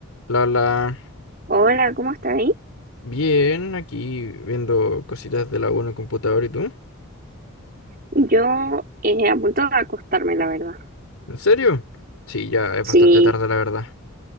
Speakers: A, on the left (about 90°); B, on the right (about 45°).
A: La, la.
B: Hola, ¿cómo está ahí?
A: Bien, aquí viendo cositas de la U en el computador y tú.
B: Yo eh, a punto de acostarme, la verdad.
A: ¿En serio? Sí, ya es
B: Sí,
A: bastante tarde, la verdad.